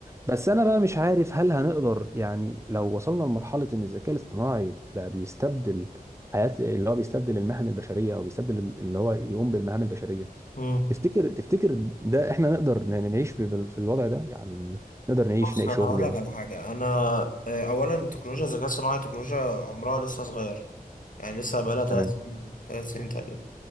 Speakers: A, on the right; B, on the left.
A: بس انا بقى مش عارف هل هنقدر يعني لو وصلنا لمرحله ان الذكاء الاصطناعي بقى بيستبدل حياه اللي هو بيستبدل المهن البشريه او بيستبدل اللي هو يقوم بالمهام البشريه
B: مم.
A: تفتكر تفتكر ده احنا نقدر ن- نعيش ب- بال- في الوضع ده يعني نقدر نعيش
B: بص
A: نلاقي
B: انا
A: شغل
B: هقول لك على حاجة انا آه، اولا التكنولوجيا الذكاء الصناعي تكنولوجيا عمرها لسه صغير يعني لسه بقالها ثلاث
A: تمام
B: سنين ثلاث سنين تقريبا